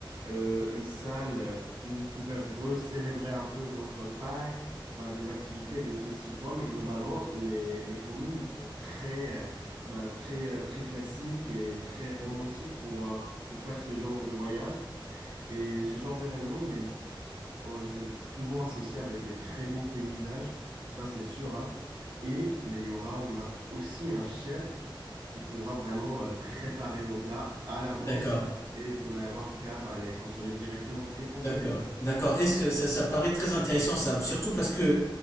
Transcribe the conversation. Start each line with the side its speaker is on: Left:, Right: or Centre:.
Right: euh, une salle euh, où vous pouvez recélébrer un peu votre pacte, bah, des activités de ceci, quoi. Mais globalement, les, les communes, ils sont très, euh, bah, très, euh, très classiques et très romantiques pour, euh, pour faire ce genre de voyage. Et ce genre d'événement, il est, euh, c'est souvent associé avec des très beaux paysages, ça c'est sûr, hein. Et bah, il y aura, on a aussi un chef qui pourra vraiment euh, préparer vos plats à l'avance
Left: D'accord.
Right: et vous n'allez avoir qu'à bah, les consommer directement. Que pensez-vous?
Left: D'accord, d'accord. Est-ce que ça, ça paraît très intéressant ça, surtout parce que